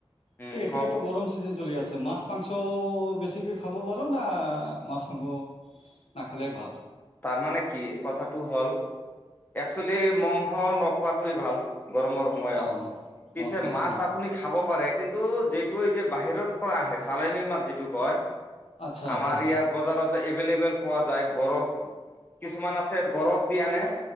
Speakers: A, on the left; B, on the left.
A: উম
B: যে এতিয়াতো
A: কওক
B: গৰম চিজন চলি আছে আছে মাছ মাংস বেছিকৈ খাব পাৰ না মাছ মাংস নাখালে ভাল
A: তাৰ মানে কি কথাটো হ'ল একচুৱেলি মংস নখোৱাটোৱে ভাল গৰমৰ সময়ত
B: অ
A: পিছে
B: অ অ
A: মাছ
B: অ
A: আপুনি খাব পাৰে কিন্তু যিটো এই যে বাহিৰত পৰা আহে চালনী মাত যি কয়
B: আচ্ছা
A: আমাৰ
B: আচ্ছা আচ্ছা
A: ইয়াৰ বজাৰত এভেইলেবল পোৱা যায় বৰফ কিছুমান আছে বৰফ দিআনে